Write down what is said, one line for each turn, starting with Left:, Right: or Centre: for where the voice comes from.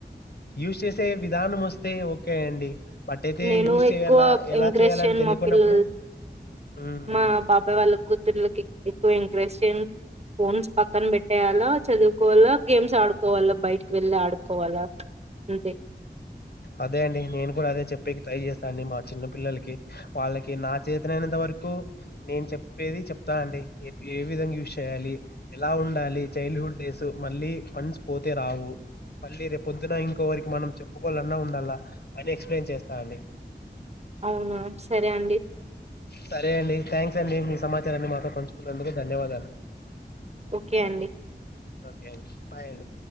Left: యూస్ చేసి తే విధానం వస్తే ఓకే అండి బట్ అయితే
Right: నేను
Left: యూజ్
Right: ఎక్కువ
Left: చేయాలా ఎలా
Right: ఎంకరెజ్
Left: చేయాలని
Right: చేయ్యను
Left: తెలియకున్నప్పుడు
Right: మా పిల్లల్
Left: హ్మ్
Right: మా బాబాయ్ వాళ్ళ కూతుర్లకి ఎక్కువ ఎంకరెజ్ చేయ్ ఫోన్స్ పక్కన పెట్టేయాల చదువుకోవాలా గేమ్స్ ఆడుకో కోవాలా బయటికి వెళ్ళి ఆడుకోవాలా అంతే
Left: అదే అండి నేను కూడా అదే చెప్పి ట్రై చేస్తండి మా చిన్న పిల్లలకి వాళ్ళకి నా చేతనైనంత వరకు నేను చెప్పేది చెప్తా అండి ఏ విధంగా యూస్ చేయాలి ఎలా ఉండాలి చైల్డ్ హుడ్ డేస్ మళ్ళీ ఫండ్స్ పోతే రావు మళ్ళీ రేప్ పొద్దున ఇం ఇంకొవరికి మనం చెప్పుకోవాలన్నా ఉండాలా అని ఎక్స్ప్లెయిన్ చేస్తానండి
Right: అవునా సరే అండి
Left: సరే అండి థ్యాంక్స్ అండి మీ సమాచారాన్ని మాతో పంచుకున్నందుకు ధన్యవాదాలు
Right: ఓకే అండి
Left: ఓకే అండి బాయ్ అండి